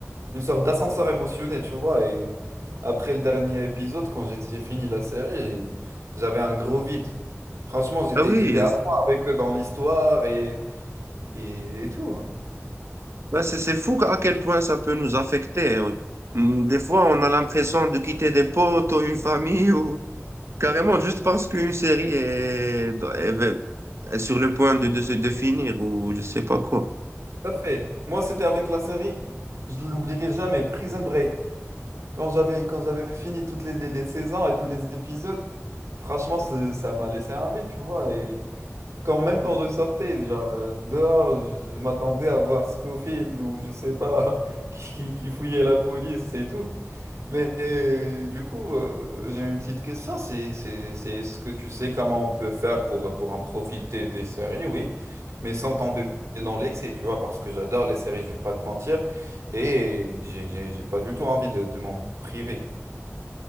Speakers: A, on the right; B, on the right.
A: une sorte d'ascenseur émotionnel, tu vois. Et après le dernier épisode, quand j'ai j'ai fini la série, j'avais un gros vide. Franchement, j'étais,
B: Ah oui,
A: j'étais à fond avec eux dans l'histoire et, et, et tout. hein.
B: ouais, c'est c'est fou à quel point ça peut nous affecter. hein. Hum, Des fois, on a l'impression de quitter des potes ou une famille ou carrément juste parce qu'une série est, est- est sur le point de, de se définir ou je sais pas quoi.
A: Tout à fait. Moi, c'était avec la série, je l'oublierai jamais, Prison Break. Quand j'avais quand j'avais fini toutes les, les, les saisons et tous les épisodes, franchement, c'est- ça m'a laissé un vide, tu vois. Et quand même quand je sortais, genre euh, dehors, je je m'attendais à voir Scofield ou je sais pas, <laughs> qui, qui, qui fouillait la police et tout. Mais euh, du coup, euh, j'ai une petite question, c'est, c'est, c'est est-ce que tu sais comment on peut faire pour, pour en profiter des séries, oui, mais sans tomber dans l'excès, tu vois, parce que j'adore les séries, je vais pas te mentir, et j'ai j'ai- j'ai pas du tout envie de, de m'en priver.